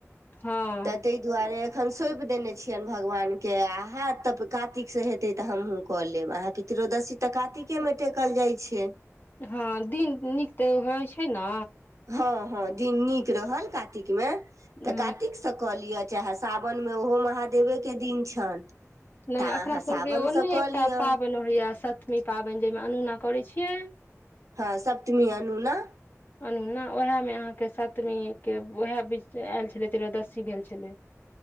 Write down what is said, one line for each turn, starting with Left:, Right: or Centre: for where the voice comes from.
Left: हँ
Right: तऽ ताहि दुआरे अखन सौंपि देने छियनि भगवानके आ हयत तऽ कातिकसँ हेतै तऽ हमहूँ कऽ लेब अहाँकेँ त्ररोदशी तऽ कातिकेमे टेकल जाइ छै
Left: हँ दिन नीक तऽ होइ छै न
Right: हँ हँ दिन नीक रहल कारातिक मे
Left: ह
Right: तऽ कातिकसँ कलिय चाहे सावनमे ओहो महादेवेके दिन छनि
Left: नहि
Right: तऽ
Left: अपना
Right: अहाँ
Left: सबके
Right: सावनसँ
Left: ओ नहि
Right: कऽ
Left: एकटा
Right: लिअ
Left: पाबनि होैया सप्तमी पाबनि जाहिमे अनोना करैत छियै
Right: हँ सप्तमी अनू न
Left: अनुना ने उएहमे अहाँके सतमीके उएह बीच आयल छलै त्ररयोदशी भेल छलै <unintelligible> <unintelligible>